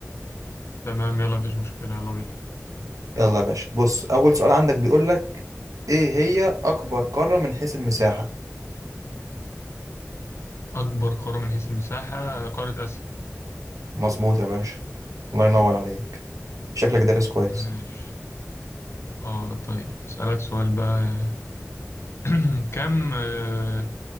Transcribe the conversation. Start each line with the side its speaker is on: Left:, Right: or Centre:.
Left: تمام يلا مفيش مشكلة يلا بينا
Right: يلا يا باشا بص اول سؤال عندك بيقول لك ايه هي اكبر قاره من حيث المساحه
Left: أكبر قارة من حيث المساحة قارة آسيا
Right: مظبوط يا باشا الله ينور عليك شكلك دارس كويس
Left: ماشي اه طيب أسألك سؤال بقى <clears throat> كم آه